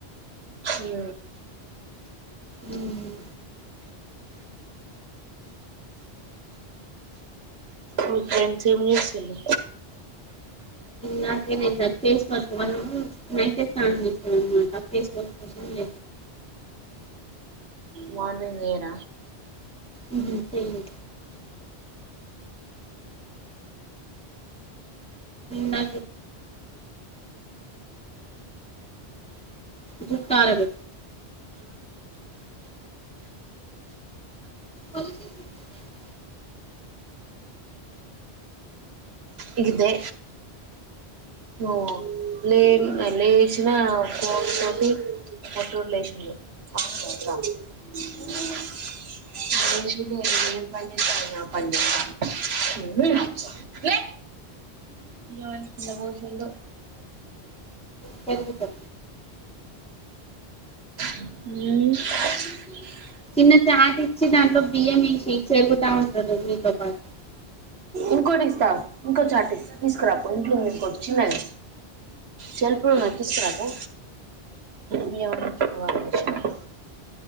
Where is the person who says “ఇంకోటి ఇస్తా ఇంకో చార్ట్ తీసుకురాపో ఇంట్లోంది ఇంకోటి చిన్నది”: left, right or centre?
Right